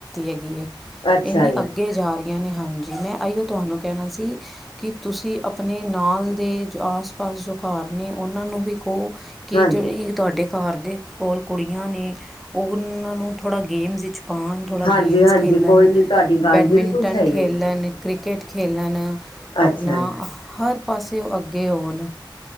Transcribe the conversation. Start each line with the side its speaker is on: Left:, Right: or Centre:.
Centre: ਹੈਗੀ ਹੈ,
Left: ਅੱਛਾ
Centre: ਇੰਨੀ
Left: ਜੀ
Centre: ਅੱਗੇ ਜਾ ਰਹੀਆਂ ਨੇ ਹਾਂਜੀ। ਮੈਂ ਇਹੀਓ ਤੁਹਾਨੂੰ ਕਹਿਣਾ ਸੀ ਕਿ ਤੁਸੀਂ ਆਪਣੇ ਨਾਲ ਦੇ ਆਸ-ਪਾਸ ਜੋ ਘਰ ਨੇ, ਉਹਨਾਂ ਨੂੰ ਵੀ ਕਹੋ। ਕਿ
Left: ਹਾਂਜੀ
Centre: ਜਿਹੜੇ ਤੁਹਾਡੇ ਘਰ ਦੇ ਕੋਲ ਕੁੜੀਆਂ ਨੇ। ਉਹਨਾਂ ਨੂੰ ਥੋੜ੍ਹਾ ਗੇਮਸ ਵਿੱਚ ਪਾਉਣ। ਥੋੜ੍ਹਾ
Left: ਹਾਂਜੀ
Centre: ਗੇਮਸ
Left: ਹਾਂਜੀ
Centre: ਖੇਲਣ।
Left: ਕੋਈ ਨੀ ਤੁਹਾਡੀ ਗੱਲ
Centre: ਬੈਡਮਿੰਟਨ
Left: ਬਿਲਕੁਲ ਸਹੀ
Centre: ਖੇਲ
Left: ਹੈਗੀ
Centre: ਲੈਣ,
Left: ਹੈ
Centre: ਨੀ ਕ੍ਰਿਕੇਟ ਖੇਲ ਲੈਣ। ਆਪਣਾ
Left: ਅੱਛਾ ਜੀ
Centre: ਹਰ ਪਾਸੇ ਉਹ ਅੱਗੇ ਹੋਣ।